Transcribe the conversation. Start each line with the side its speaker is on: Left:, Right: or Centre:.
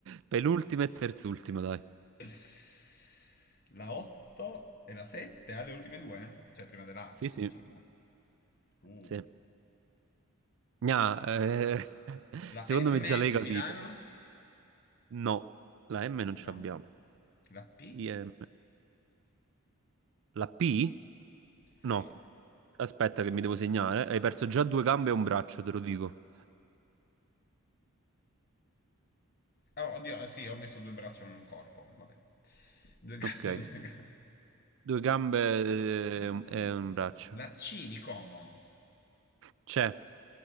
Right: Penultima e terzultima, dai.
Left: <laughs> La 8 e la 7 alle ultime due? Cioè prima della A,
Right: Sì, sì,
Left: diciamo. Uh.
Right: sì. Gna, eh, <laughs>
Left: La
Right: Secondo
Left: M
Right: me già l'hai
Left: di
Right: capito.
Left: Milano?
Right: No, la M non ce
Left: No?
Right: l'abbiamo.
Left: La P?
Right: IM. La P?
Left: Sì.
Right: No. Aspetta che mi devo segnare. Hai perso già due gambe e un braccio, te lo dico.
Left: Oh, oddio, eh, sì, ho messo due braccia e un corpo, vabbè. Due ga-
Right: Ok.
Left: <laughs> due ga-
Right: Due gambe
Left: Mm.
Right: eh, e un braccio.
Left: La C di Como?
Right: C'è.